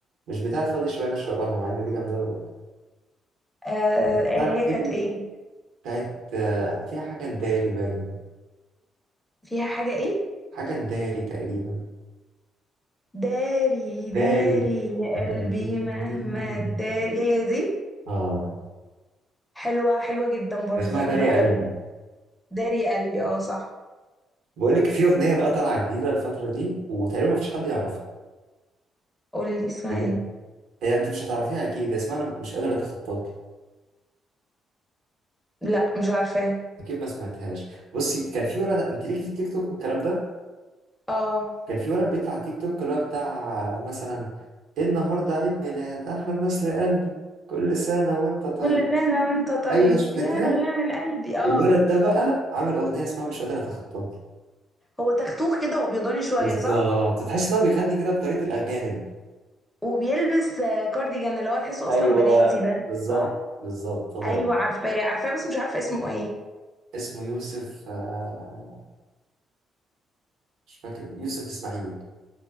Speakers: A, on the right; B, in the centre.
A: مش بتاعت فاضي شوية نشرب قهوة مع إن دي جامدة أوي برضه.
B: آه
A: بتاعت
B: اللي هي
A: تيجي
B: كانت إيه
A: بتاعت آه، فيها حاجة نداري باين
B: فيها حاجة ايه
A: حاجة داري تقريبا
B: داري
A: داري
B: داري يا
A: <laughs>
B: قلبي
A: قلبي
B: مهما
A: منهم.
B: داري هي دي
A: اه
B: حلوة حلوة جدا برضو
A: ده اسمها
B: بحبها
A: داري يا قلبي
B: قوي داري يا قلبي اه صح
A: بقول لك في اغنيه بقى طالعه جديده الفتره دي وتقريبا ما فيش حد يعرفها
B: قولي اسمها
A: بجد
B: ايه
A: هي انت مش هتعرفيها اكيد هي اسمها انا مش قادر اتخطاك
B: لا مش عارفاه
A: اكيد ما سمعتهاش بصي كان في ولد انت ليكي في التيك توك والكلام ده
B: اه
A: كان في ولد بيطلع على تيك توك اللي هو بتاع مثلا النهارده عيد ميلاد احلى الناس لقلبي كل سنه وانت طيب
B: كل سنة وانت طيب
A: ايوه شفتيها
B: يا أغلى من قلبي اه
A: الولد ده بقى عامل اغنيه اسمها مش قادر اتخطاك
B: هو تختوخ كده وابيضاني شوية
A: بالظبط
B: صح
A: تحس ان هو بيغني كده بطريقه الاجانب
B: وبيلبس آه، كارديجان اللي هو تحسه اصلا
A: ايوه
B: بناتي ده
A: بالظبط
B: صح
A: بالظبط هو
B: ايوه
A: ده
B: عارفاه عارفاه بس مش عارفة اسمه ايه
A: اسمه يوسف آه، مش فاكر يوسف اسماعيل